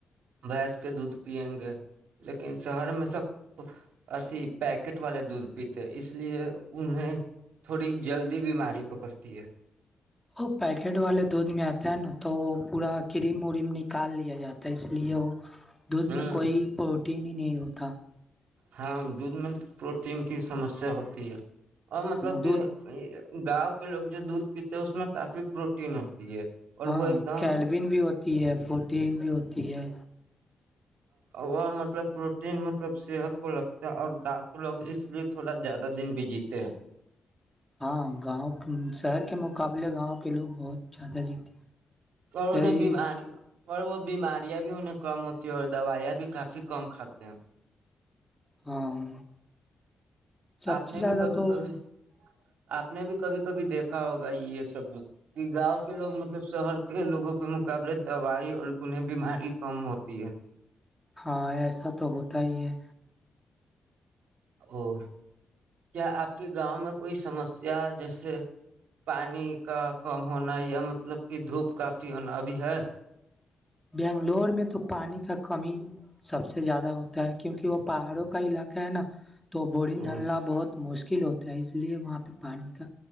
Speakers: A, on the right (about 85°); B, in the centre.
A: بھینس کے دودھ پیئیں گے لیکن شہر میں سب اھی پیکٹ والے دودھ پیتے اس لیے انہیں تھوڑی جلدی بیماری پکڑتی ہے
B: وہ پیکٹ والے دودھ میں آتا ہے نا تو وہ پورا کریم وریم نکال لیا جاتا ہے اس لیے وہ دودھ
A: ہ
B: میں کوئی پروٹین ہی نہیں ہو تھا
A: ہاں دودھ میں تو پروٹین کی سمسیا ہوتی ہے اور مطلب کہ
B: دودھ
A: گاؤں کے لوگ جو دودھ پیتے ہیں اس میں کافی پروٹین ہوتی ہے اور
B: ہاں
A: وہ ایک دم
B: کیلبین بھی ہوتی ہے فوٹین بھی ہوتی ہے
A: وہ مطلب پروٹین مطلب صحت کو لگتا ہے اور گاؤ کو لوگ اس لیے تھوڑا زیادہ دن بھی جیتے ہیں
B: ہاں گاؤں شہر کے مقابلے گاؤں کے لوگ بہت زیادہ جیتے
A: اور ان نے
B: یہی
A: بیماری ہو اور وہ بیماریاں بھی انہیں کم ہوتی ہے اور دوائیاں بھی کافی کم کھاتی کیا <unintelligible>
B: ہاں سب
A: آپ
B: سے
A: نے
B: زیادہ
A: بھی کبھی
B: تو
A: کبھی آپ نے بھی کبھی کبھی دیکھا را ہوگا یہ س کہ گاؤں کے لو مطلب مطلب شہر کے لوگوں کے مقابلے دوائی اور گنے بیماری کم ہوتی ہے
B: ہاں ایسا تو ہوتا ہی ہے
A: او <unintelligible> کیا آپ کے گاؤں میں کوئی سمسیا جیسے پانی کا کم ہونا یا مطلب کہ دھوپ کافی ہونا ابھی ہے
B: بنگلور میں تو پانی کا کمی سب سے زیادہ ہوتا ہے کیونکہ وہ پہاڑوں کا علاقہ ہے نا تو بورنگ
A: او
B: ڈھلنا بہت مشکل مشکل ہوتا ہے اس لیے وہاں پہ پانی کا